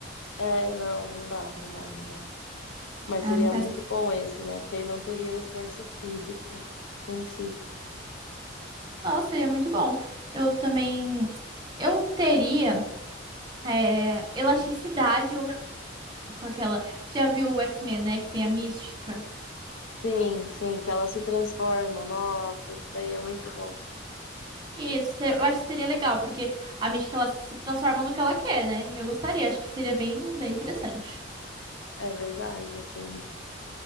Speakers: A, on the left; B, on the right.
A: É, não, não dá, não dá, não dá. Mas
B: Ah,
A: seria
B: não faz.
A: muito bom esse, né? Porque aí não teria o esforço físico em si.
B: Nossa, seria muito bom. Eu também. Eu teria. é, elasticidade ou com aquela. Você já viu o X-Men, né? Que tem a Mística?
A: Sim, sim, que ela se transforma. Nossa, esse daí é muito bom.
B: Isso, eu acho que seria legal, porque a Mística ela se transforma no que ela quer, né? Eu gostaria, acho que seria bem, bem interessante.
A: É verdade, assim.